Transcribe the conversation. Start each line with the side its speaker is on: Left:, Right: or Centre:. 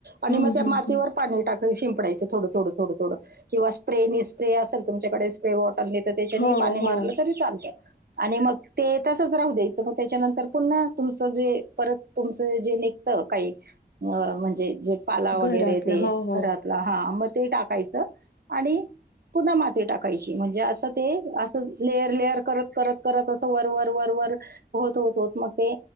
Right: आणि
Left: हम्म
Right: मग त्या
Left: हम्म
Right: मातीवर
Left: हम्म
Right: पाणी टाक शिंपडयच थोड थोड थोड थोड किंवा स्प्रे नि स्प्रे असेल तुमकडे स्प्रे तर त्याच्या
Left: हो
Right: पाणी मारलं
Left: हो
Right: तरी चालतं. आणि मग ते तसच राहू दे म त्याच्यानंतर पुन्हा तुमचं जे परत तुमच जे निघत काही म्हणजे जे पाला
Left: घरातलं
Right: वगैरे ते
Left: हो हो
Right: घरातला हा म- ते टाकायचं आणि पुन्हा माती टाकायची म्हणजे असं ते असं लेअर, लेअर करत, करत, करत असं वरवर वरवर- होत होत होत मग ते